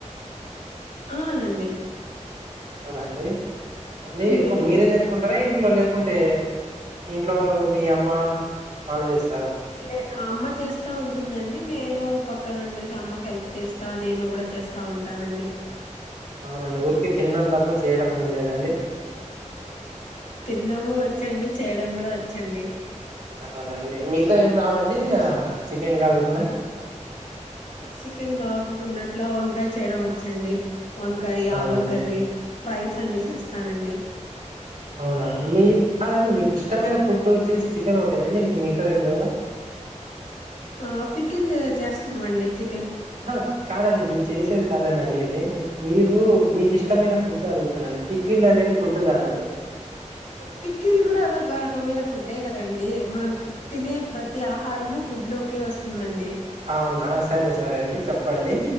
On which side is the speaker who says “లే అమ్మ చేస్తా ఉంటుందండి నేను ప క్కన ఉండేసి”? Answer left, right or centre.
Left